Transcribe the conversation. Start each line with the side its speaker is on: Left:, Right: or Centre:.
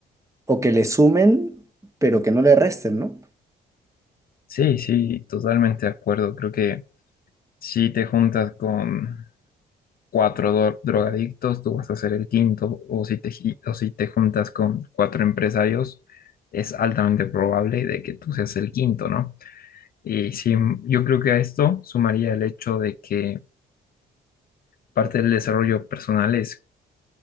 Right: o que le sumen, pero que no le resten, ¿no?
Left: Sí, sí, totalmente de acuerdo. Creo que si te juntas con cuatro dro- drogadictos, tú vas a ser el quinto, o si te, gi- o si te juntas con cuatro empresarios, es altamente probable de que tú seas el quinto, ¿no? Y sí, yo creo que a esto sumaría el hecho de que parte del desarrollo personal es